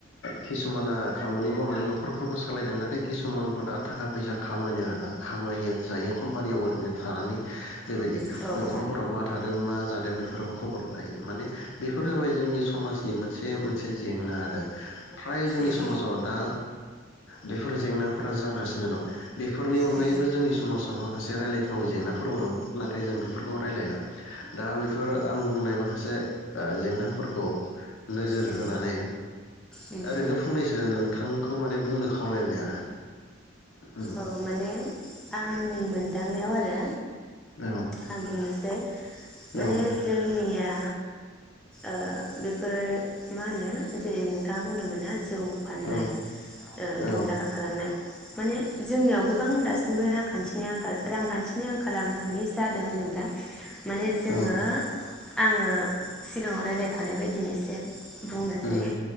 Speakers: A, on the left; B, in the centre.
A: किसुमाना खामानि मावनानै नखरफोरखौ सालायदों नाथाय किसुमानफोरा थाखा फैसा खामायनो रोङा खामायो जायो कम्पानियाव ओरैनो थानानै बेबायदि
B: औ उम
A: नखरफोराव माथाद दों मा जादों बेफोराव खबर लायो माने बेफोर जाबाय जोंनि समाजनि मोनसे मोनसे जेंना आरो फ्राय जोंनि
B: उम
A: समाजाव दा बेफोर जेंनाफोरा जागासिनो दं। बेफोरनि अनगायैबो
B: उम औ
A: जोंनि समाजाव माखासे रायलायथावै जेंनाफोरबो दं नाथाय जों बेफ बेफोरखौ रायलायला दा बेफोर। नाय माखासे ओ जेंनाफोरखौ नोजोर
B: उम
A: होनानै
B: उम
A: ओरैनो फंनैसो नोंथांखौ माने बुंनो खावलायबाय आरो उम
B: औ माने आंनि मोन दांनायाव आरो
A: औ
B: आं बुंनोसै माने
A: औ
B: जोंनिया ओ बेफोर मा होनो जेरै नोंथाङा बुंदोंमोन ना जौ फाननाय
A: औ
B: ओ
A: औ
B: दुम दाखाल खालामनाय माने जोंनियाव गोबां दासिमबो रांखान्थिनि आंखाल रांखान्थिनि आं खालामनानै जादों होनोब्ला माने जोङो
A: औ
B: आङो सिगाङाव रायलायखानाय बायदि <unintelligible> बुंनोसै
A: उम